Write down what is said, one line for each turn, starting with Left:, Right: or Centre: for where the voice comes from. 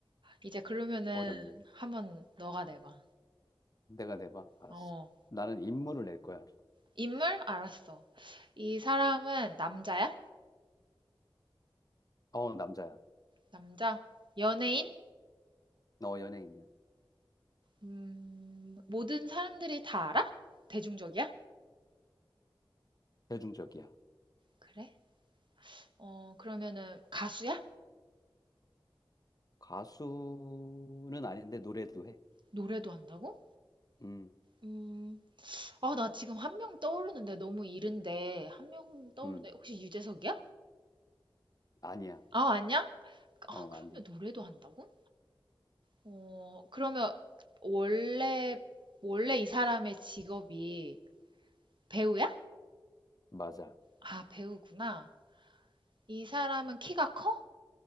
Right: 이제 그러면은
Left: 어렵네.
Right: 한번 너가 내봐.
Left: 내가 내봐. 알았어.
Right: 어.
Left: 나는 임무를 낼 거야.
Right: 인물? 알았어. 이 사람은 남자야?
Left: 어, 남자야.
Right: 남자? 연예인?
Left: 너 연예인이야.
Right: 음, 모든 사람들이 다 알아? 대중적이야?
Left: 대중적이야.
Right: 그래? 어, 그러면은 가수야?
Left: 가수는 아닌데 노래도 해.
Right: 노래도 한다고?
Left: 음,
Right: 음, 아, 나 지금 한 명 떠오르는데 너무 이른데 한 명 떠오르는데
Left: 음,
Right: 혹시 유재석이야?
Left: 아니야.
Right: 아, 아니야? 아,
Left: 어,
Right: 그러면
Left: 아니야.
Right: 노래도 한다고? 어, 그러면 원래 원래 이 사람의 직업이 배우야?
Left: 맞아.
Right: 아, 배우구나. 이 사람은 키가 커?